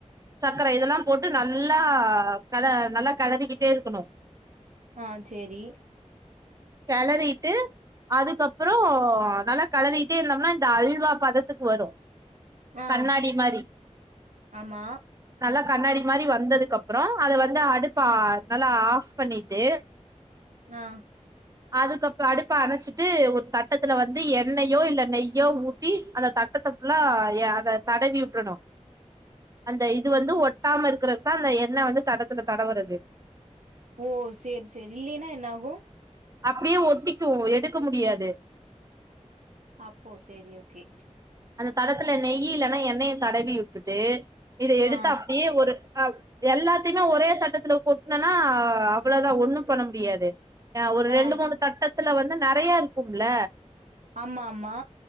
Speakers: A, on the right; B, on the right.
A: சக்கர இதெல்லா போட்டு நல்லா கல நல்லா கெலறிகிட்டே இருக்கணு
B: ஆ சேரி
A: கெளரிட்டு அதுக்கப்றோ நல்லா கெளறிட்டே இருந்தோம்னா இந்த அல்வா பதத்துக்கு வரு
B: ஆ
A: கண்ணாடி மாரி
B: ஆமா
A: நல்லா கண்ணாடி மாரி வந்ததுக்கப்றோ அது வந்து அடுப்ப நல்லா ஆஃப் பண்ணி ட்டு
B: ஆ
A: அதுக்கப்ப அடுப்ப அணச்சிட்டு ஒரு தட்டத்துல வந்து எண்ணெயோ இல்ல நெய்யோ ஊத் த்தி அந்த தட்டத்த ஃபுல்ல அத தடவி வுட்றனு அந்த இது வந்து ஒட்டாம இருக்றதுக் தா அந்த எண்ண வந்து தடத்துல தடவுறது
B: ஓ செரி செரி இல்லைனா என்னாகு
A: அப்டியே ஒட்டிக்கு எடுக்க முடியாது
B: அப்போ செரி ஓகே
A: அந்த தடத்துல நெய் இல்லனா எண்ணய தடவி வுட்டுட்டு இத எடுத்து
B: ஆ
A: அப்டியே ஒரு அ எல்லாத்தயுமே ஒரே தட்டத்துல கொட்னனா அவ்ளோதா ஒண்ணு பண்ண முடியாது ஒரு
B: ஆ
A: ரெண்டு மூணு தட்டத்துல வந்து நெறைய இருக்கும்ல
B: ஆமா ஆமா